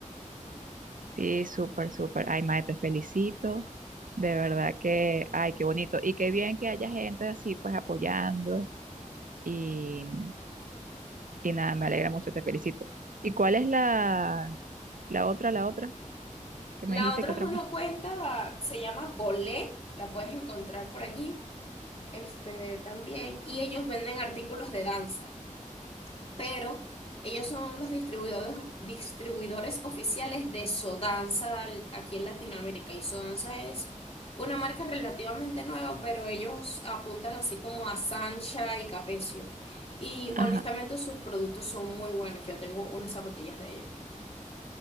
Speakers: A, on the right; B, on the left.
A: sí, súper, súper. Ay, mae, te felicito. De verdad que, ay, qué bonito. Y qué bien que haya gente así, pues apoyando. Y, y nada, me alegra mucho, te felicito. ¿Y cuál es la, la otra, la otra? Que
B: La
A: me dijiste
B: otra
A: que otra
B: es una
A: marca.
B: cuenta, se llama Bolé, la puedes encontrar por allí, este, también, y ellos venden artículos de danza. pero ellos son los distribuidores, distribuidores oficiales de Sodanza al- aquí en Latinoamérica. Y Sodanza es una marca relativamente nueva, pero ellos apuntan así como a Sancha y Capecio. Y
A: Ajá.
B: honestamente sus productos son muy buenos. Yo tengo unas zapatillas de ellos.